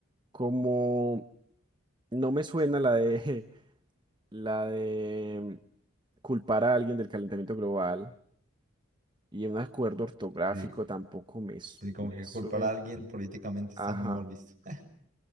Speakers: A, on the right (about 25°); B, on the right (about 40°).
A: como no me suena la de, <laughs> la de culpar a alguien del calentamiento global y un acuerdo ortográfico
B: Sí,
A: tampoco me, su-
B: sí, como
A: me
B: que
A: suena,
B: culpar a alguien políticamente está
A: ajá.
B: muy mal visto. <laughs>